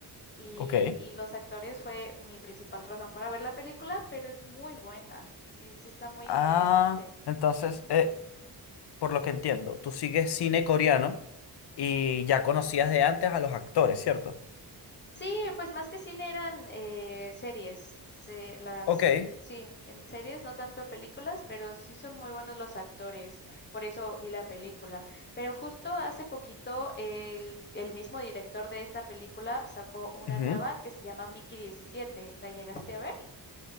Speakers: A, on the left; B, on the left.
A: Y,
B: Ok.
A: y los actores fue mi principal razón para ver la película, pero es muy buena. Sí, sí está muy
B: Ah,
A: interesante.
B: entonces, eh, por lo que entiendo, tú sigues cine coreano y ya conocías de antes a los actores, ¿cierto?
A: Sí, pues más que cine eran eh, series. se- las,
B: Ok.
A: sí, en series, no tanto películas, pero sí son muy buenos los actores. Por eso vi la película. Pero justo hace poquito el, el mismo director de esta película sacó una
B: Ujú.
A: nueva que se llama Mickey diecisiete, ¿La llegaste a ver?